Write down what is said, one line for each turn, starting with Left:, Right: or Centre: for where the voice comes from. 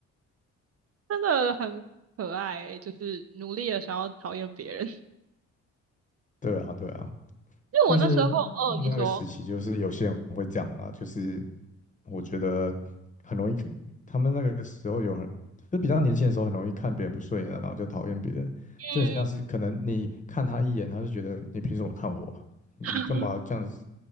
Right: 真的很可爱欸就是努力的想要讨厌别人。<laughs>
Left: 对啊，对啊，
Right: 因为我那时候，
Left: 但是那个时期就是有些人会这样啦，
Right: 哦，你说，
Left: 就是我觉得很容易，他们那个时候有很，就比较年轻的时候很容易看别人不顺眼，然后就讨厌别人，就很像是可能你看他一眼，
Right: 嗯。
Left: 他就觉得你凭什么看我啊你干嘛这样子
Right: <laughs>